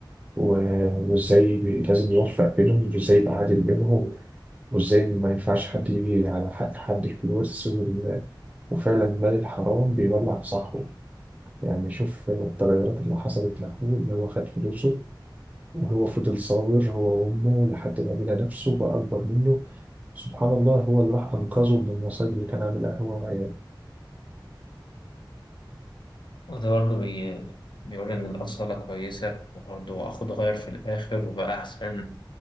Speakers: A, on the right (about 15°); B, on the left (about 65°).
A: و- وإزاي بي- لازم يوفق بينهم وإزاي يبقى عادل بينهم وإزاي ما ينفعش حد يجي على حق حد في الورث وال- وفعلا المال الحرام بيولع في صاحبه يعني شوف آه، التغيرات اللي حصلت لأخوه اللي هو خد فلوسه هو فضل صابر هو وأمه لحد ما بنى نفسه بقى أكبر منه سبحان الله هو اللي راح أنقذه من المصايب اللي كان عاملها هو وعياله
B: وده برضه بي... بيقول إن الأصالة كويسة وبرضه أخد غير في الآخر وبقى أحسن